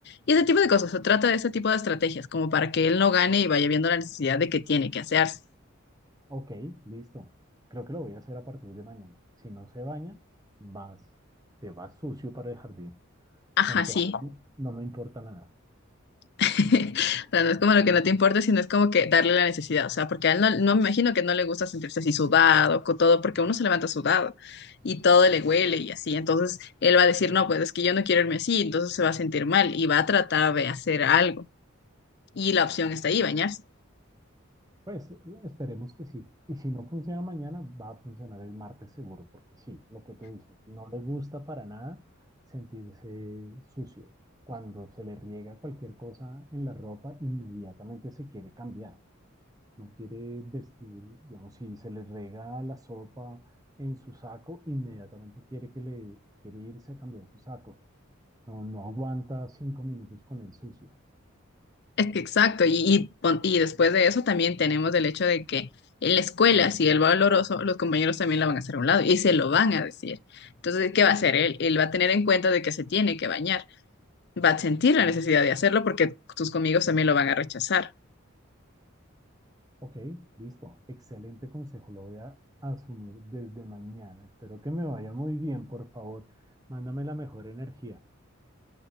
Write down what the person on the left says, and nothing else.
Y ese tipo de cosas. Se trata de ese tipo de estrategias, como para que él no gane y vaya viendo la necesidad de que tiene que hacerse.
Ajá,
sí.
<laughs> O sea, no es como lo que no te importa, sino es como que darle la necesidad. O sea, porque a él no, no me imagino que no le gusta sentirse así sudado, con todo, porque uno se levanta sudado y todo le huele y así. Entonces él va a decir, no, pues es que yo no quiero irme así, entonces se va a sentir mal y va a tratar de hacer algo. Y la opción está ahí, bañarse.
Es que Exacto, y, y, pon- y después de eso también tenemos el hecho de que en la escuela, si él va oloroso, los compañeros también la van a hacer a un lado y se lo van a decir. Entonces, ¿qué va a hacer él? Él va a tener en cuenta de que se tiene que bañar. va a sentir la necesidad de hacerlo porque tus amigos también lo van a rechazar.